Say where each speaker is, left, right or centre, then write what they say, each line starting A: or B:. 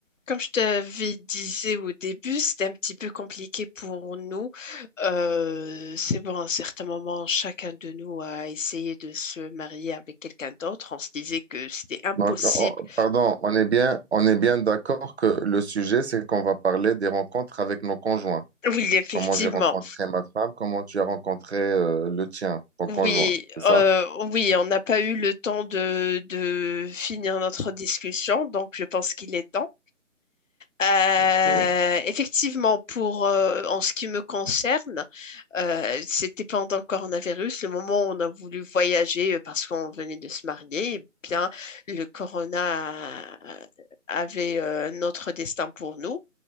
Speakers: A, on the left (about 70°); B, on the right (about 55°).
A: Comme je t'avais disais au début, c'était un petit peu compliqué pour nous. Euh, c'est bon, à un certain moment, chacun de nous a essayé de se marier avec quelqu'un d'autre. On se disait que c'était impossible.
B: Donc, on- pardon, on est bien, on est bien d'accord que le sujet, c'est qu'on va parler des rencontres avec nos conjoints.
A: Oui, effectivement.
B: Comment j'ai rencontré ma femme, comment tu as rencontré euh, le tien, ton
A: Oui,
B: conjoint, c'est
A: euh,
B: ça?
A: oui, on n'a pas eu le temps de, de finir notre discussion, donc je pense qu'il est temps. Euh,
B: Ok.
A: effectivement, pour euh, en ce qui me concerne, euh, c'était pendant le coronavirus, le moment où on a voulu voyager euh, parce qu'on venait de se marier, eh bien le corona a- avait euh, notre destin pour nous.